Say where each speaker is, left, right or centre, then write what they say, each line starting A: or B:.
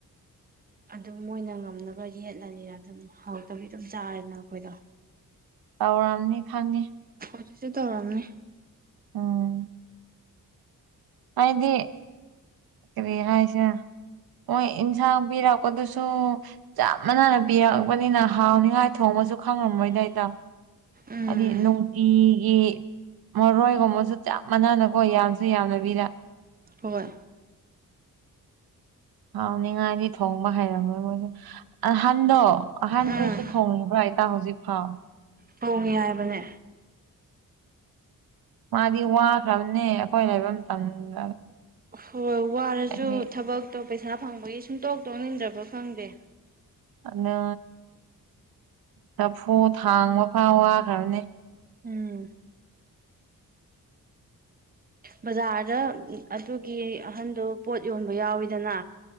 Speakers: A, on the right (about 25°); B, on the right (about 85°).
A: ꯑꯗꯨꯝ ꯃꯣꯏꯅ ꯉꯝꯅꯕ ꯌꯦꯠꯂꯅꯤꯅ ꯑꯗꯨꯝ ꯍꯥꯎꯔꯇꯕꯤ ꯑꯗꯨꯝ ꯆꯥꯔꯦꯅ ꯑꯩꯈꯣꯏꯗꯣ
B: ꯇꯧꯔꯝꯅꯤ ꯈꯪꯉꯤ
A: ꯍꯧꯖꯤꯛꯁꯨꯦ ꯇꯧꯔꯝꯅꯦ
B: ꯎꯝ ꯍꯥꯏꯗꯤ ꯀꯔꯤꯌꯥ ꯍꯥꯏꯁ ꯍꯣꯏ ꯏꯟꯁꯥꯡ ꯄꯤꯔꯛꯄꯗꯨꯁꯨ ꯆꯞ ꯃꯥꯟꯅꯥꯅ ꯄꯤꯔꯛꯄꯅꯤꯅ ꯍꯥꯎꯅꯤꯡꯉꯥꯏ ꯊꯣꯡꯕꯁꯨ ꯈꯪꯉꯝꯃꯣꯏꯗꯏꯗꯥꯎ
A: ꯎꯝ
B: ꯍꯥꯏꯗꯤ ꯅꯨꯡꯇꯤꯒꯤ ꯃꯔꯣꯏꯒꯨꯝꯕꯁꯨ ꯆꯞ ꯃꯥꯟꯅꯥꯅꯀꯣ ꯌꯥꯝꯁꯨ ꯌꯥꯝꯅꯕꯤꯗ
A: ꯍꯣꯏ
B: ꯍꯥꯎꯅꯤꯡꯉꯥꯏꯗꯤ ꯊꯣꯡꯕ ꯍꯩꯔꯝꯔꯣꯏ ꯃꯣꯏꯁꯦ ꯑꯍꯟꯗꯣ ꯑꯍꯟꯗꯨꯁꯨ
A: ꯎꯝ
B: ꯊꯣꯡꯉꯤꯕ꯭ꯔ ꯑꯩꯇꯥ ꯍꯧꯖꯤꯛ ꯐꯥꯎ
A: ꯊꯣꯡꯉꯤ ꯍꯥꯏꯕꯅꯦ
B: ꯃꯥꯗꯤ ꯋꯥꯈ꯭ꯔꯕꯅꯦ ꯑꯩꯈꯣꯏ ꯂꯩꯕ ꯃꯇꯝꯗ
A: ꯍꯣꯏ ꯋꯥꯔꯁꯨ
B: ꯍꯥꯏꯗꯤ
A: ꯊꯕꯛꯇꯣ ꯄꯩꯁꯥ ꯐꯪꯕꯒꯤ ꯁꯨꯡꯇꯣꯛ ꯇꯣꯛꯅꯤꯡꯗ꯭ꯔꯕ ꯈꯪꯗꯦ
B: ꯑꯗꯨ ꯆꯐꯨ ꯊꯥꯡꯕ ꯐꯥꯎ ꯋꯥꯈ꯭ꯔꯕꯅꯦ
A: ꯎꯝ ꯕꯖꯥꯔꯗ ꯑꯗꯨꯒꯤ ꯑꯍꯟꯗꯣ ꯄꯣꯠ ꯌꯣꯟꯕ ꯌꯥꯎꯋꯤꯗꯅ